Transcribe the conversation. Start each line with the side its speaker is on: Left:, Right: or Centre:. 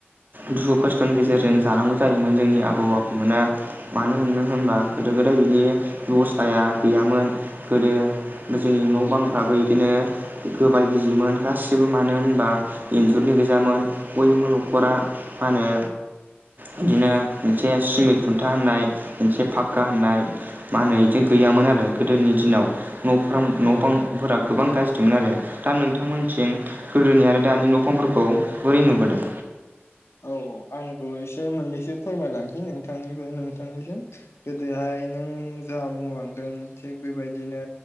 Right: दुखु खस्थ'नि गेजेरजों जानांगौ जायोमोन जोंनि आबौ-आबैमोना मानो होनो होनबा
Left: औ
Right: गोदो गोद बेबस्थाया गैयामोन गोदो जोंनि न' बांफ्राबो बिदिनो गोबाय गिजिमोन गासिबो मानो होनबा इन्जुरनि गोजामोन बयबो न'खरा मा होनो बिदिनो मोनसे सिमेन्ट खुन्था होननाय मोनसे फाक्का होननाय मा होनो बिदि गैयामोन आरो गोदोनि दिनाव न'फ्रां
Left: औ
Right: न' बांफोरा गोबां गाज्रि मिथिमोन आरो दा नोंथांमोननिथिं गोदोनि आरो दानि न'फांफोरखौ बोरै नुबोदों
Left: औ अ आंबो एसे मोननैसो फोरमायलांसै नोंथांनिबो नोंथांनिसिम गोदोहाय नों जा बुंलांदों थिग बेबायदिनो